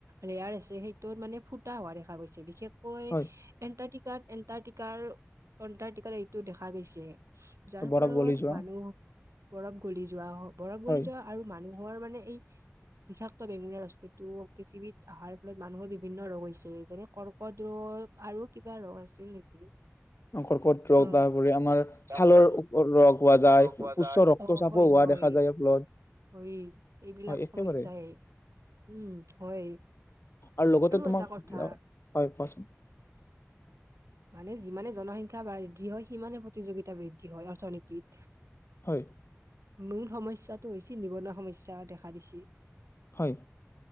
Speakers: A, on the right (about 90°); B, on the left (about 60°).
A: লেয়াৰ আছে সেইটো মানে ফুটা হোৱা দেখা গৈছে বিশেষ কৈ
B: হয়
A: এণ্টাৰ্টিকাত এণ্টাৰ্টিকাৰ এণ্টাৰ্টিকাৰ এইটো দেখা গৈছে যাৰ
B: বৰক
A: ফলত
B: বলি যোৱা
A: মানুহ বৰফ গলি যোৱা বৰফ গলি
B: হয়
A: যোৱা আৰু মানুহৰ মানে এই বিষাক্ত বেঙুনীয়া ৰশ্মিটো পৃথিৱীত অহাৰ ফলত মানুহৰ বিভিন্ন ৰোগ হৈছে যেনে কৰ্কট ৰোগ আৰু কিবা ৰোগ আছিল নেকি?
B: অ কৰ্কট ৰোগ
A: অ
B: তাৰপৰি আমাৰ ছালৰ
A: আমাৰ
B: ৰোগ হোৱা যায়
A: লগ পোৱা
B: উচ্চ
A: যায়।
B: ৰক্তচাপো
A: অ হয়
B: হোৱা
A: হয়
B: দেখা যায় <unintelligible>
A: হয়, এইবিলাক
B: হয় একেবাৰে
A: সমস্যাই উম হয়।
B: আৰু লগতে তোমাক
A: এটা কথা
B: হয় কোৱাচোন
A: মানে যিমানে জনসংখ্যা বৃদ্ধি হয় সিমানে প্ৰতিযোগিতা বৃদ্ধি হয় অৰ্থনীতিত।
B: হয়।
A: মূল সমস্যাটো হৈছে নিবনুৱা সমস্যা দেখা দিছে।
B: হয়,